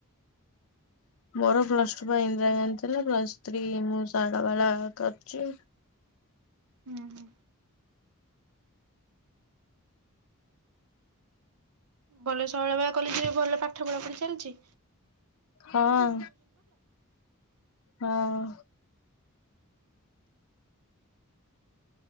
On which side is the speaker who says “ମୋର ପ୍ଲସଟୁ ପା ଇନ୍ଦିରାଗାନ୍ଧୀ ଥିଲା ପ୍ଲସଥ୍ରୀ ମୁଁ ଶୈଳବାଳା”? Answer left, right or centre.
Left